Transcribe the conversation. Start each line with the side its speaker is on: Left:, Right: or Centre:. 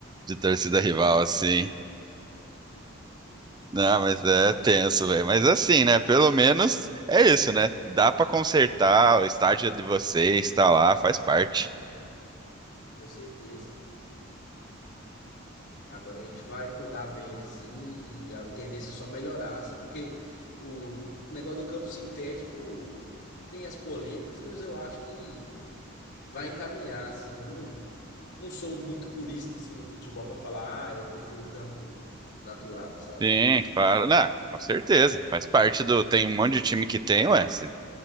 Right: De torcida
Left: sim,
Right: rival, assim.
Left: com
Right: Não,
Left: certeza,
Right: mas é tenso, velho. Mas assim, né? Pelo menos é isso, né? Dá pra consertar, o estádio é de vocês, tá lá, faz parte.
Left: com certeza. Agora a gente vai cuidar bem, assim, e a tendência é só melhorar, assim, porque o, o negócio do campo sintético tem as polêmicas, mas eu acho que vai encaminhar, assim. Eu não, não sou muito purista, assim, no futebol para falar, ah, eu prefiro campo natural, sabe?
Right: Sim, claro. Não, com certeza. Faz parte do. Tem um monte de time que tem, ué. Se,